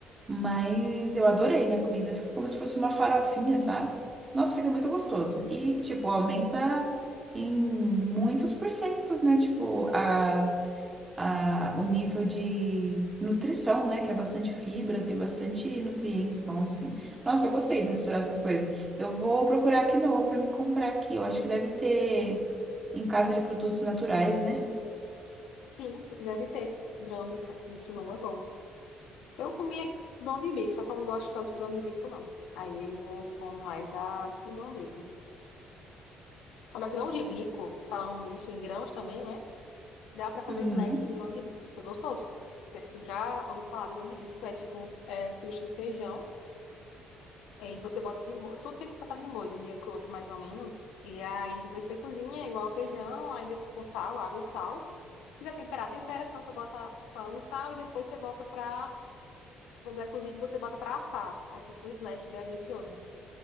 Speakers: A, on the right; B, on the left.
A: Mas eu adorei na comida. Fica como se fosse uma farofinha, sabe? Nossa, fica muito gostoso. E, tipo, aumenta em muitos porcentos, né? Tipo, a, a, o nível de nutrição, né? Que é bastante fibra, tem bastante nutrientes bons, assim. Nossa, eu gostei de misturar essas coisas. Eu vou procurar quinoa pra me comprar aqui. Eu acho que deve ter em casa de produtos naturais, né?
B: Sim, deve ter grão de, ca- de quinoa, é bom. Eu comia grão de bico, só que eu não gosto tanto de grão de bico, não. Aí eu como mais a quinoa mesmo. Olha, grão de bico, falando isso em grãos também, né? Dá pra fazer
A: Uhum.
B: snack de grão de bico, fica gostoso. Você já ouviu falar de grão de bico, é tipo, é, substitui feijão. É, E você bota de molho, tudo tem que botar de molho, um dia pro outro, mais ou menos. E aí você cozinha igual feijão, aí depois, com sal, água e sal. Se quiser temperar, tempera, senão você bota sal e sal, e depois você bota pra. Quando é cozido, você bota pra assar. Aí fica um snack delicioso.